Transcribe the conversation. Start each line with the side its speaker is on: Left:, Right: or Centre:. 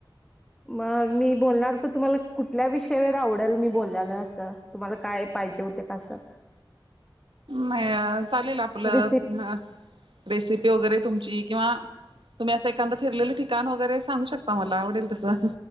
Centre: मग मी बोलणार तर तुम्हाला कुठल्या विषयावर आवडेल मी बोलाल्याला असं तुम्हाला काय पाहिजे होते कसं
Right: नाही चालेल आपलं
Centre: रिसिप्ट
Right: अ रेसिपी वगैरे तुमची किंवा तुम्ही असं एखां फिरलेले ठिकाण वगैरे सांगू शकता मला आवडेल तसं